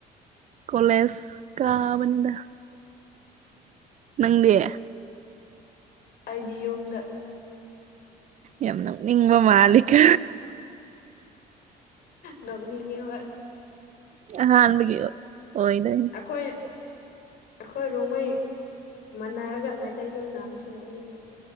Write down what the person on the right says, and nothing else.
ꯀꯣꯂꯦꯖ ꯀꯥꯕꯅꯤꯗ꯫ ꯅꯪꯗꯤ
ꯌꯥꯝ ꯅꯣꯛꯅꯤꯡꯕ ꯃꯥꯜꯂꯤꯀꯣ
ꯍꯥꯃꯒꯤ ꯍꯣꯏꯗꯣꯏ